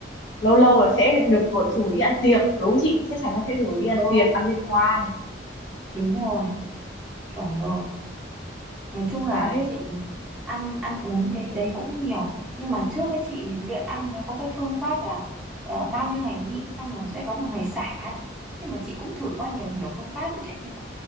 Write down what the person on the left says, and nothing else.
lâu lâu là sẽ được gọi rủ đi ăn tiệc đúng không chị chắc chắn là sẽ rủ đi ăn
tiệc ăn liên hoan
đấy